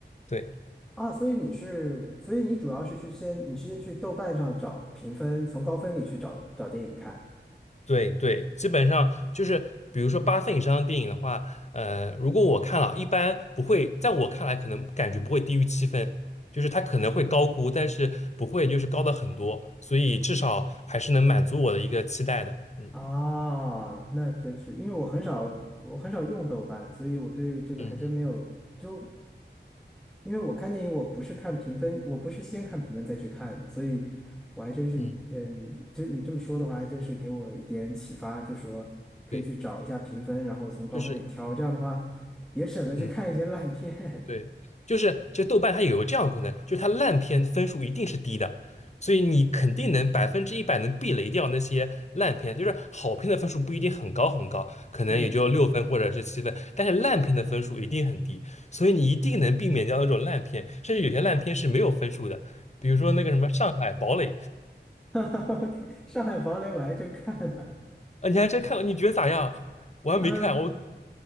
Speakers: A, on the left; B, in the centre.
A: 对
B: 啊，所以你是，所以你主要是去先，你先去豆瓣上找评分，从高分里去找找电影看。
A: 对对，基本上就是比如说八分以上的电影的话，呃，如果我看了，一般不会，在我看来可能感觉不会低于七分，就是它可能会高估，但是不会就是高的很多，所以至少还是能满足我的一个期待的。嗯
B: 啊，那真是，因为我很少，我很少用豆瓣，所以我对这个还真没有。
A: 嗯
B: 就因为我看电影，我不是看评分，我不是先看评分再去看的，所以我还真是，
A: 嗯，
B: 嗯，就你这么说的话，还真是给我一点启发，就说可以去找一下评分，
A: 对。
B: 然后从高分里挑，
A: 就是
B: 这样的话也省得去看一些烂片。
A: 嗯，对，就是这豆瓣它有个这样的功能，就是它烂片分数一定是低的，所以你肯定能百分之一百能避雷掉那些烂片。就是好片的分数不一定很高很高，
B: <laughs>
A: 可能也就六分或者是七分，
B: 嗯
A: 但是烂片的分数一定很低，所以你一定能避免掉那种烂片。甚至有些烂片是没有分数的，比如说那个什么《上海堡垒》，
B: <laughs>，OK，《上海堡垒》我还真看了，
A: 啊，你还真看了？你觉得咋样？我还没看，
B: <laughs> 嗯。
A: 我